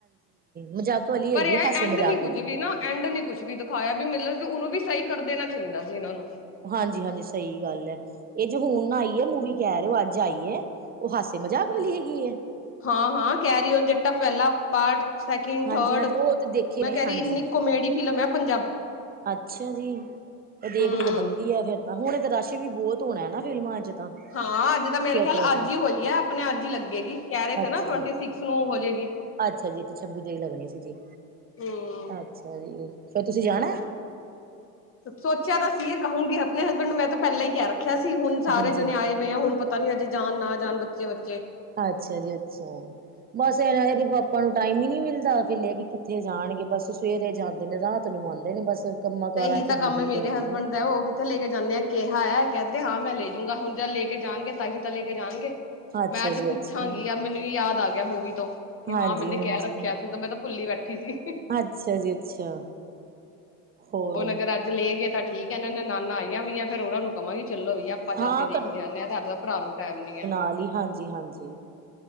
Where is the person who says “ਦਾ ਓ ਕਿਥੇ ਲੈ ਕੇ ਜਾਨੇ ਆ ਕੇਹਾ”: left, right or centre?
Left